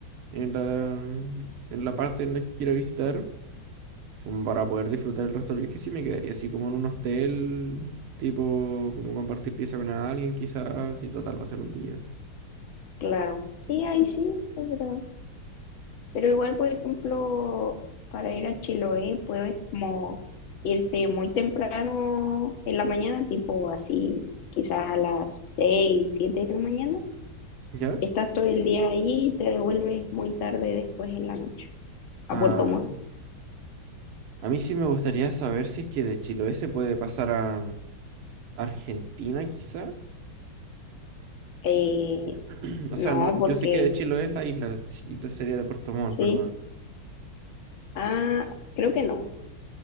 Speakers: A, on the right; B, on the left.
A: en la, mm, en la parte en la que quiero visitar, como para poder disfrutar el resto del viaje, sí me quedaría así como en un hostel, tipo, como compartir pieza con alguien, quizás, y total va a ser un día.
B: Claro, sí, ahí sí, es verdad. Pero igual, por ejemplo, para ir a Chiloé puedes como irte muy temprano en la mañana, tipo así, quizás a las 6 7 de la mañana.
A: ¿Ya?
B: Estás todo el día ahí y te devuelves muy tarde después en la noche a
A: Ah.
B: Puerto Montt.
A: A mí sí me gustaría saber si es que de Chiloé se puede pasar a Argentina, quizá.
B: Eh,
A: <clears throat> O
B: no,
A: sea, no, yo
B: porque
A: sé que de Chiloé es la isla, sí, esta sería de Puerto Montt,
B: sí.
A: perdón.
B: Ah, creo que no.